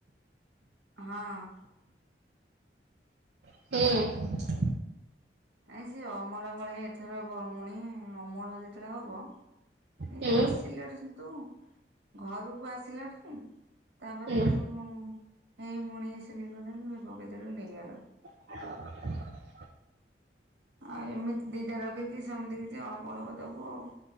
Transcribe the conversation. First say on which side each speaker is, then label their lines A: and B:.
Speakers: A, on the right; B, on the right.
A: ହଁ।
B: ହୁଁ।
A: ନାଇ ସେ ଅମଳ ଭଳିଆ ଏଥର ମ ମୁଣି ଅମଳ ଯେତେବେଳେ ହବ ଏଇ
B: ହୁଁ
A: ଆସିଲା ଠୁ ତୁ ଘରକୁ ଆସିଲା ଠୁ ତାପରେ
B: ହୁଁ
A: ଏଇ ଯୋଉ ଏଇ ବୁଣି ସିଲେଇ କରିଦେଲୁ ଏ ପକେଇଦେଲୁ ନେଇଗଲ।
B: <inaudible>
A: ଆଉ ଏମିତି ଦିଟା ରଖିକି ସେମିତି କିଛି ଅଳ୍ପ ଅଳ୍ପ ଦବୁ ଆଉ।